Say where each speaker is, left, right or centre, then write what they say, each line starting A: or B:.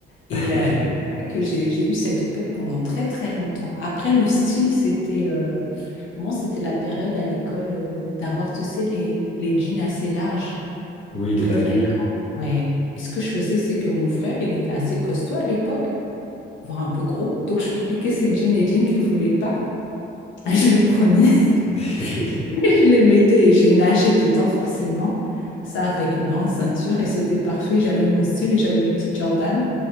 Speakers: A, on the left; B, on the left.
A: Et
B: <laughs>
A: euh, c'est vrai que j'ai j'ai eu cette houppette pendant très très longtemps. Après, le style, c'était euh, bon, c'était la période à l'école euh, d'avoir, tu sais, les, les jeans assez larges,
B: Oui, les
A: très
B: baggy.
A: très grands. Ouais. Et ce que je faisais, c'est que mon frère, il était assez costaud à l'époque, voire un peu gros. Donc, je lui piquais ses jeans, les jeans qu'il voulait pas. <laughs> Je le prenais,
B: <laughs>
A: <laughs> je les mettais et j'ai nagé dedans forcément. Ça avec une grande ceinture et c'était parfait. J'avais mon style et j'avais mes petites Jordan,